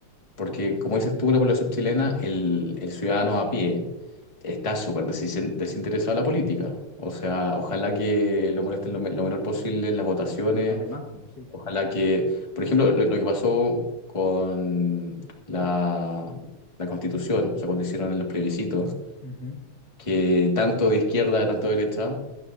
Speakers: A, on the left; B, on the left.
A: Porque, como dices tú, la población chilena, el, el ciudadano a pie, está súper desin- desinteresado de la política. O sea, ojalá que lo molesten lo, me- lo menor posible en las votaciones.
B: Además, pues, sí. pues.
A: Ojalá que, por ejemplo, lo, lo que pasó con la, la Constitución, o sea, cuando hicieron en los plebiscitos,
B: Ujú,
A: que tanto de izquierda, tanto de derecha,